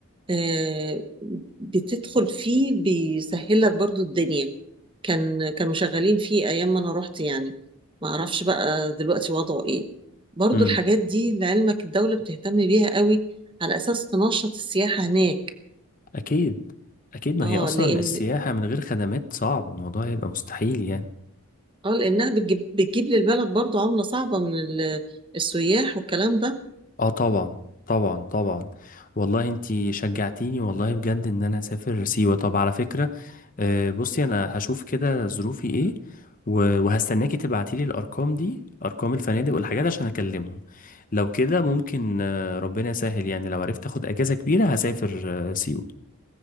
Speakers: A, on the right; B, on the left.
A: آه، بتدخل فيه بيسهل لك برضو الدنيا كان كانوا شغالين فيه ايام ما انا رحت يعني ما اعرفش بقى دلوقتي وضعه ايه برضو
B: هم
A: الحاجات دي لعلمك الدولة بتهتم بيها قوي على اساس تنشط السياحة هناك
B: اكيد اكيد ما
A: اه
B: هي اصلا
A: لان
B: السياحة من غير خدمات صعب الموضوع هيبقى مستحيل يعني
A: اه لانها بتجيب بتجيب للبلد برضو عملة صعبة من ال- السياح والكلام ده
B: اه طبعا طبعا طبعا والله انتي شجعتيني والله بجد ان انا اسافر سيوة طب على فكرة آه، بصي انا هشوف كده ظروفي ايه و- وهستناكي تبعتيلي الارقام دي ارقام الفنادق والحاجات عشان اكلمهم لو كده ممكن آه، ربنا يسهل يعني لو عرفت اخد اجازة كبيرة هسافر آه، سيوة